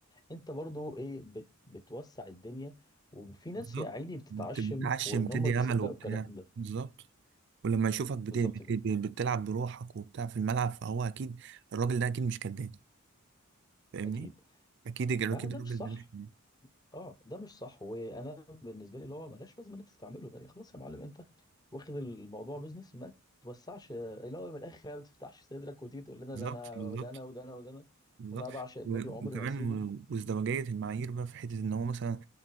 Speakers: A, on the left (about 15°); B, on the right (about 50°).
A: انت برضو ايه بت بتوسع الدنيا وفي ناس
B: بالظبط
A: يا عيني بتتعشم
B: بت- بتعشم
A: وان
B: بتدي
A: هم بيصدقوا
B: امل وبتاع
A: الكلام ده
B: بالظبط ولما يشوفك بت-
A: بالظبط
B: بت-
A: كده
B: بتلعب بروحك وبتاع في الملعب فهو اكيد الراجل ده اكيد مش كداب فاهمني
A: اكيد
B: اكيد اكيد
A: فده
B: الراجل
A: مش صح
B: ده مش كداب
A: اه ده مش صح وانا بالنسبه لي اللي هو ملهاش لازمه ان انت تستعمله ده خلاص يا معلم انت واخد الموضوع بيزنس ما توسعش اللي هو من الاخر يعني ما تفتحش صدرك وتيجي تقول لنا
B: بالظبط
A: ده انا
B: بالظبط
A: ده انا وده انا وده انا
B: بالظبط
A: وانا بعشق النادي
B: و-
A: وعمري
B: وكمان
A: ما هسيبه
B: و- وازدواجية المعايير بقى في حتة إن هو مثلا